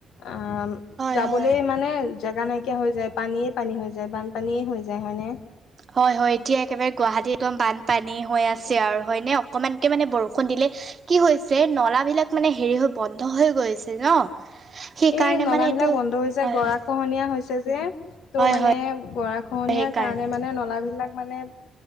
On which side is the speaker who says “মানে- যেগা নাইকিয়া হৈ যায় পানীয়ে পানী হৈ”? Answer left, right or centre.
Left